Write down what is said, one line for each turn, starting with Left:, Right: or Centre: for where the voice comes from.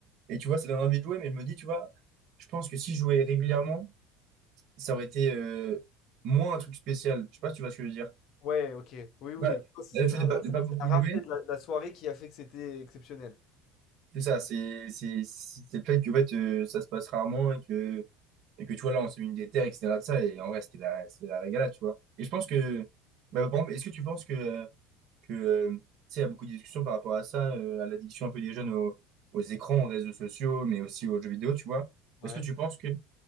Right: Et tu vois, ça donne envie de jouer, mais je me dis, tu vois, je pense que si je jouais régulièrement, ça aurait été euh, moins un truc spécial. Je sais pas si tu vois ce que je veux dire.
Left: Ouais, ok. Oui, oui.
Right: bah
Left: Ça, C'est
Right: le
Left: c'est- là,
Right: fait de pas,
Left: là,
Right: de
Left: c'est-
Right: pas beaucoup
Left: c'est la rareté
Right: jouer,
Left: de la, la soirée qui a fait que c'était exceptionnel.
Right: C'est ça, c'est c'est- c'est- c'est le fait que en fait, euh, ça se passe rarement et que, et que tu vois, là, on s'est mis une des terres, et cetera De ça, et en vrai, c'était la, c'était la régalade, tu vois. Et je pense que, bah, par exemple, est-ce que tu penses que, euh, que euh, tu sais, il y a beaucoup de discussions par rapport à ça, euh, à l'addiction un peu des jeunes aux, aux écrans, aux réseaux sociaux, mais aussi aux jeux vidéo, tu vois.
Left: Ouais.
Right: Est-ce que tu penses que